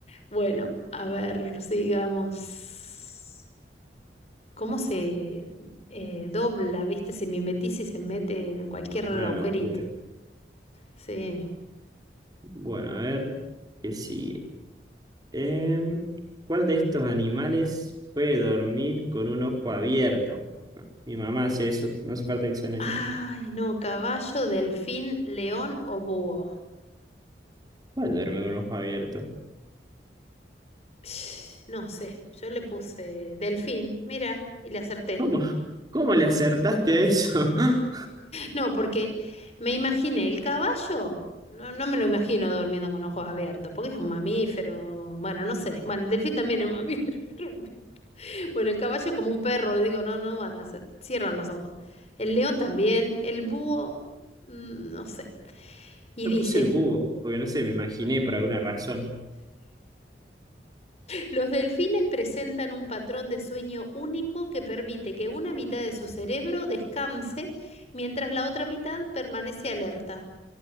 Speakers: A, on the left (about 35°); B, on the right (about 25°).
A: Bueno, a ver, sigamos. ¿Cómo se eh, dobla, viste? Se mimetiza y se mete en cualquier agujerito.
B: Una locura.
A: Sí.
B: Bueno, a ver, ¿qué sigue? Em, ¿cuál de estos animales puede dormir con un ojo abierto? Mi mamá hace eso, no hace falta que sea un anime.
A: Ay, no, caballo, delfín, león o búho.
B: ¿Cuál duerme con ojo abierto?
A: Sh, No sé, yo le puse delfín, mira, y le acerté.
B: ¿Cómo? ¿Cómo le acertaste a eso? <laughs>
A: No, porque me imaginé el caballo. No, no me lo imagino durmiendo con ojos abiertos, porque es un mamífero. Bueno, no sé. Bueno, el delfín también es mamífero. <laughs> pero- Bueno, el caballo es como un perro, digo, no, no van a hacer. Cierran los ojos. El león también. El búho, mm, no sé. Y
B: Yo
A: dice,
B: puse el búho, porque no sé, me imaginé por alguna razón.
A: los delfines presentan un patrón de sueño único que permite que una mitad de su cerebro descanse mientras la otra mitad permanece alerta.